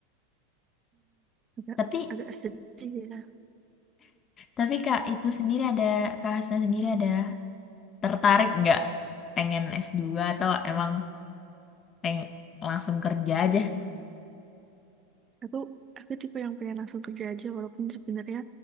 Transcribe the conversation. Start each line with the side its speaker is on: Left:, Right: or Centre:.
Right: Agak,
Left: Tapi
Right: agak sedih ya.
Left: tapi Kak itu sendiri ada Kak Hasna sendiri ada tertarik nggak pengen s dua atau emang peng langsung kerja aja?
Right: aku aku tipe yang pengen langsung kerja aja walaupun sebenarnya